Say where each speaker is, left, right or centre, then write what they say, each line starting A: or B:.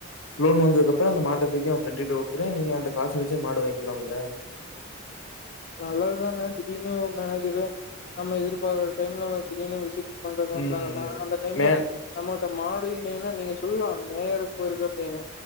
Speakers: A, on the left; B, on the left.
A: லோன் வந்ததுக்கு அப்ற அந்த மாட்ட தூக்கு அவ ஃப்ரெண்டு கிட்ட குடுத்துடு நீங்க அந்த காச வெச்சு மாடு வாங்கிக்கலாம்ல
B: நல்லதுதாங்க திடீர்னு மேனேஜரு நம்ம எதிர்பாரற டைம்ல திடீர்னு விசிட் பண்றக்கு வந்தாங்கன்னா
A: ம் ம்.
B: அந்த டைம்ல
A: மே
B: நம்மிட்ட மாடு இல்லின்னா நீங்க சொல்லலா மேயருக்கு போயிருக்கு அப்டின்னு